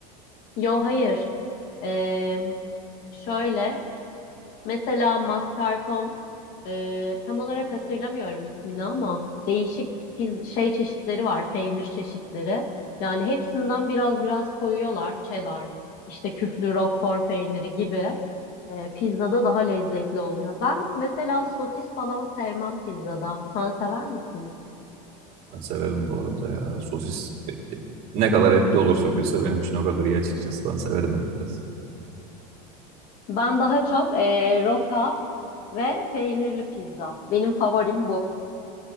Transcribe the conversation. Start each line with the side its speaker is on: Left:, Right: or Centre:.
Left: Yo hayır E, şöyle Mesela mascarpone e, tam olarak hatırlamıyorum ismini ama değişik piz- şey çeşitleri var, peynir çeşitleri. Yani hepsinden biraz biraz koyuyorlar. Cheddar, işte küflü Roquefort peyniri gibi. E, pizzada daha lezzetli oluyor. Ben mesela sosis falan sevmem pizzada. Sen sever misin?
Right: Ben severim bu arada ya. Sosis e, e, ne kadar etli olursa pizza benim için o kadar iyi açıkçası. Ben severim et biraz.
Left: Ben daha çok e, roka ve peynirli pizza. Benim favorim bu.